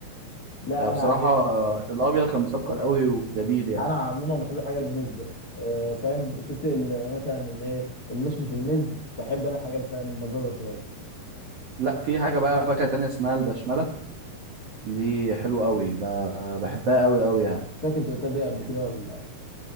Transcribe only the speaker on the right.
آه،
بصراحه
آه، الابيض كان مسكر قوي وجميل يعني
لا في حاجه بقى فاكهه تانية اسمها البشمله دي حلوه قوي ب- بحبها قوي قوي يعني